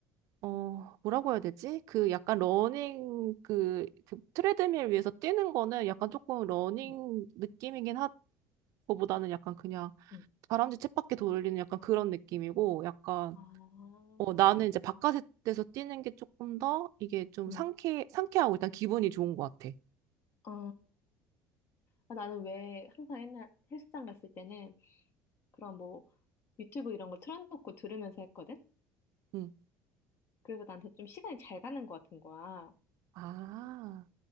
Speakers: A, on the right (about 55°); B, on the left (about 40°).
A: 어, 뭐라고 해야 되지? 그 약간 러닝, 그, 그 트레드밀 위에서 뛰는 거는 약간 조금 러닝
B: 응,
A: 느낌이긴 하, 거보다는 약간 그냥
B: 응,
A: 다람쥐 쳇바퀴 돌리는 약간 그런 느낌이고, 약간,
B: 아,
A: 어, 나는 이제 바깥에서 뛰는 게 조금 더 이게 좀
B: 응,
A: 상쾌, 상쾌하고 일단 기분이 좋은 것 같아.
B: 아, 아, 나는 왜 항상 옛날 헬스장 갔을 때는 그런 뭐 유튜브 이런 거 틀어놓고 들으면서 했거든?
A: 응.
B: 그래서 나한테 좀 시간이 잘 가는 것 같은 거야.
A: 아,